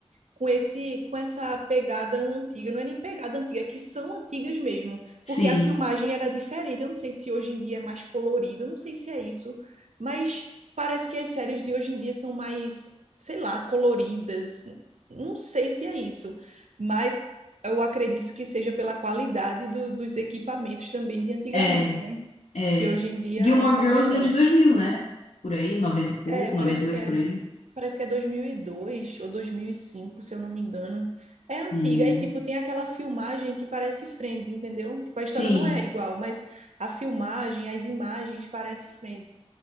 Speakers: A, on the right; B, on the left.
A: com esse com essa pegada antiga, não é nem pegada antiga, é que são antigas mesmo,
B: Sim.
A: porque a filmagem era diferente. Eu não sei se hoje em dia é mais colorido, eu não sei se é isso, mas parece que as séries de hoje em dia são mais, sei lá, coloridas. Não sei se é isso, mas eu acredito que seja pela qualidade do- dos equipamentos também de antigamente,
B: É,
A: né?
B: é.
A: Que hoje em dia
B: Gilmore
A: são
B: Girls
A: melhores.
B: é de dois mil né? Por aí, 90 e pouco,
A: É, parece
B: noventa e oito
A: que é
B: por aí.
A: Parece que é 2002 ou 2005, se eu não me engano. É antiga.
B: Hum.
A: E, tipo, tem aquela filmagem que parece Friends, entendeu? Tipo, a história
B: Sim,
A: não é igual, mas a filmagem, as imagens parece Friends.